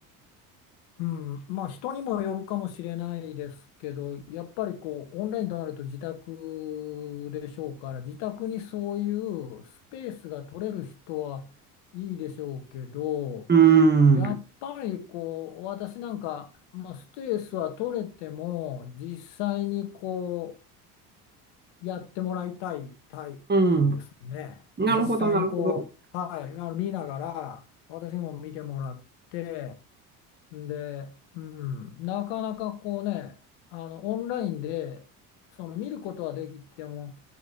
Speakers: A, on the left (about 70°); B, on the right (about 20°).
A: うん。まあ、人にもよるかもしれないですけど、やっぱりこう、オンラインとなると自宅でしょうから、自宅にそういうスペースが取れる人はいいでしょうけど、
B: うん。
A: やっぱりこう私なんか、まあ、スペースは取れても実際にこうやってもらいたいタイプ
B: うん。
A: ね実際にこう、
B: なるほど、なるほど。
A: はい、あの見ながら私にも見てもらってで、うん、なかなかこうねあのオンラインでその見ることはできても